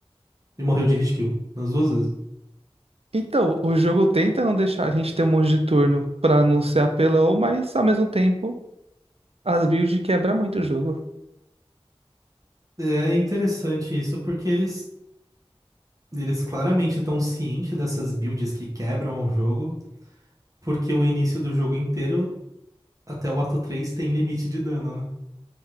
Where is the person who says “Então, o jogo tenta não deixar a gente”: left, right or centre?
Right